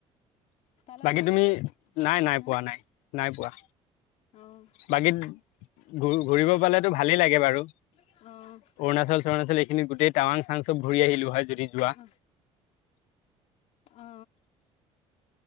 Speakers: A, on the left; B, on the left.
A: পালাগৈ
B: বাকী
A: এতিয়া
B: তুমি, নাই-নাই
A: হা
B: পোৱা নাই, নাই পোৱা।
A: অ',
B: বাকীত ঘ-ঘূৰিব পালেতো ভালেই লাগে বাৰু।
A: অ'।
B: অৰুণাচল এইখিনি গোটেই টাৱং চাং চব ঘুৰি আহিলো হয়, যদি যোৱা।
A: অ', অ।